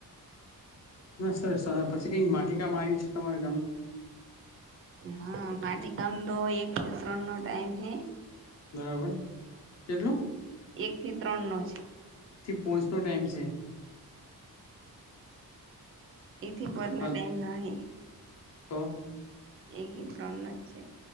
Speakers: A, on the left; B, on the right.
A: ના સર સાર પછી કંઈક માટી કામમાં આવ્યું છે, તમારા ગામમાં
B: હા, માટી કામ તો એક થી ત્રણ નો ટાઈમ હૈ.
A: બરાબર કેટલું
B: એક થી ત્રણ નો જ
A: પોચનો ટાઈમ છે,
B: એથી પોચના
A: હાલો
B: ટાઈમ નાહી,
A: તો
B: એક હી ત્રણ નો જ છે,